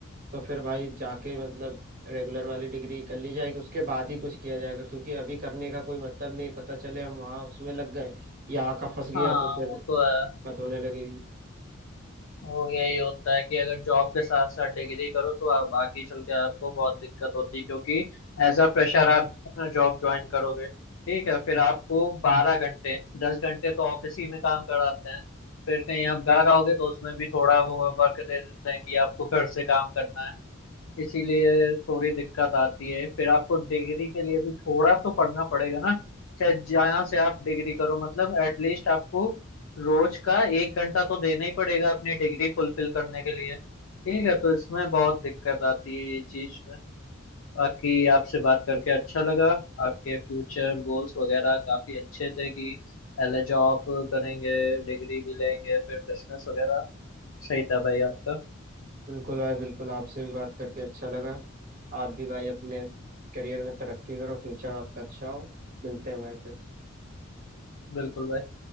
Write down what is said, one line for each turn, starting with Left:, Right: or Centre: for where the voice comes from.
Right: तो फिर भाई जाके मतलब रेगुलर वाली डिग्री कर ली जाएगी उसके बाद ही कुछ किया जाएगा क्योंकि अभी करने का कोई मतलब नहीं पता चले हम वहाँ उसमें लग गए यहाँ का फंस गया
Left: हाँ
Right: तो फिर
Left: वो
Right: दिक्कत
Left: तो है
Right: होने लगेगी
Left: वो यही होता है कि अगर जॉब के साथ साथ डिग्री करो तो आप बाकी चल के आपको बहुत दिक्कत होती है क्योंकि एज अ फ्रेशर आप जॉब ज्वाइन करोगे ठीक है फिर आपको बारह घंटे दस घंटे तो ऑफिस ही में काम कराते हैं फिर कहीं आप घर आओगे तो उसमें भी थोड़ा वो वर्क दे देते हैं कि आपको घर से काम करना है इसीलिए थोड़ी दिक्कत आती है फिर आपको डिग्री के लिए भी थोड़ा तो पढ़ना पड़ेगा ना चाहे जहाँ से आप डिग्री करो मतलब एटलीस्ट आपको रोज का एक घंटा तो देना ही पड़ेगा अपनी डिग्री फुलफिल करने के लिए ठीक है तो इसमें बहुत दिक्कत आती है ये चीज में बाकी आपसे बात करके अच्छा लगा आपके फ्यूचर गोल्स वगैरह काफी अच्छे थे कि पहले जॉब करेंगे डिग्री भी लेंगे फिर बिजनेस वगैरह सही था भाई आपका
Right: बिल्कुल भाई बिल्कुल आपसे भी बात करके अच्छा लगा आप भी भाई अपने करियर में तरक्की करो फ्यूचर आपका अच्छा हो मिलते हैं भाई फिर
Left: बिल्कुल भाई